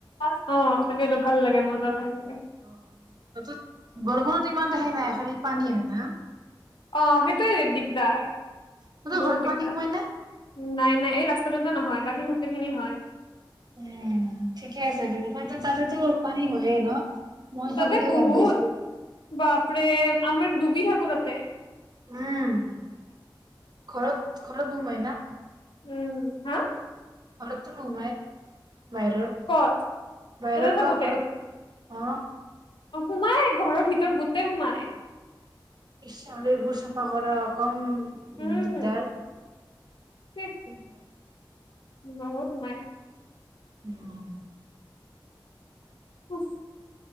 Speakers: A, on the left; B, on the right.
A: অহ'। তাকেতো ভাল লাগে মজা ভাল লাগে।
B: অ'। বৰষুণত ইমান এটা হেই নাই খালি পানী হয় না।
A: অ'। সেইটোয়ে দিগদাৰ।
B: তহঁতৰ
A: বহুত
B: ঘৰত
A: দিগদাৰ।
B: পানী সোমাই নে?
A: নাই, নাই এই ৰাস্তাটোতে নহয়। বাকী গোটেইখিনি হয় উম'।
B: উম'। ঠিকে আছে দে। তাতেতো পানী হয়ে ন। মই
A: ততে
B: থাকোতে
A: বহুত।
B: গম পাইছো
A: বাপৰে আমাৰ ডুবি থাকোঁ পুতাতে।
B: উম'। ঘৰত ঘৰত সোমাই না।
A: উম। হা
B: ঘৰত টো নোসোমাই। বাহিৰৰ।
A: ক'ত
B: বাহিৰৰ
A: তাতে থাকোতে
B: বা ঘৰত আহ'।
A: অ' সোমাই ঘৰৰ ভিতৰত গোটেই সোমায়।
B: এছ আৰু এইবোৰ চাফা কৰা কম
A: উম
B: দিগদাৰ <unintelligible>
A: ছিঃ বহুত সোমাই।
B: উম'।
A: উফ।